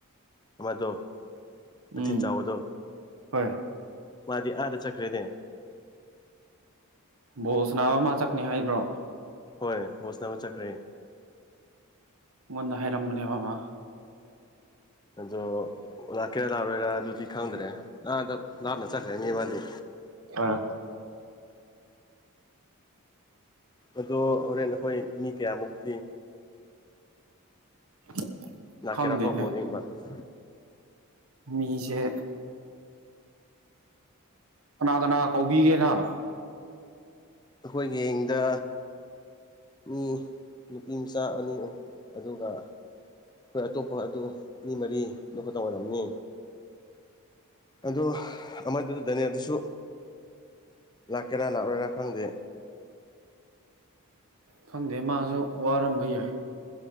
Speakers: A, on the left; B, on the right.
A: ꯑꯃꯗꯣ ꯃꯆꯤꯟ
B: ꯎꯝ
A: ꯆꯥꯎꯕꯗꯣ
B: ꯍꯣꯏ
A: ꯃꯥꯗꯤ ꯑꯥꯗ ꯆꯠꯈ꯭ꯔ‌ꯦꯅ‌ꯦ
B: ꯕꯣꯜ ꯁꯅꯥꯕ ꯃꯥ ꯆꯠꯀꯅꯤ ꯍꯥꯏꯕ꯭ꯔꯣ
A: ꯍꯣꯏ ꯕꯣꯜ ꯁꯅꯕ ꯆꯠꯈ꯭ꯔꯦ
B: ꯑꯩꯉꫭꯟꯗ ꯍꯥꯏꯔꯝꯕꯅꯦꯕ ꯃꯥ
A: ꯑꯗꯣ ꯂꯥꯛꯀꯦꯔꯥ ꯂꯥꯛꯔꯣꯏꯔꯥ ꯑꯗꯨꯗꯤ ꯈꯪꯗ꯭ꯔꯦ ꯑꯍꯗꯛ ꯂꯥꯞꯅ ꯆꯠꯈ꯭ꯔꯦꯅꯤ ꯃꯥꯗꯤ
B: ꯑꯥ
A: ꯑꯗꯣ ꯍꯣꯔꯦꯟ ꯑꯩꯈꯣꯏ ꯃꯤ ꯀꯌꯥꯃꯨꯛꯇꯤ
B: <inaudible>
A: ꯉꯅꯥ
B: ꯈꯪꯗꯦꯅꯦ
A: ꯀꯔꯀꯣꯕꯗ ꯏꯕ <unintelligible>
B: ꯃꯤꯁꯦ ꯀꯅꯥ ꯀꯅꯥ ꯀꯧꯕꯤꯒꯦ ꯅꯪ
A: ꯑꯩꯈꯣꯏ ꯒ‌ꯦꯡꯗ ꯃꯤ ꯅꯨꯄꯤ ꯃꯆꯥ ꯑꯅꯤ ꯑꯗꯨꯒ ꯍꯣꯏ ꯑꯇꯣꯞꯄ ꯑꯗꯨ ꯃꯤ ꯃꯔꯤꯗꯨ ꯈꯛꯇ ꯑꯣꯏꯔꯝꯅꯤ ꯑ ꯑꯃꯗꯨꯗ ꯗꯥꯅꯤꯌꯥꯗꯨꯁꯨ ꯂꯥꯛꯀꯦꯔꯥ ꯂꯥꯛꯎꯔꯦꯔꯥ ꯈꯪꯗꯦ
B: ꯈꯪꯗꯦ ꯃꯥꯁꯨ ꯋꯥꯔꯝꯕ ꯌꯥꯏ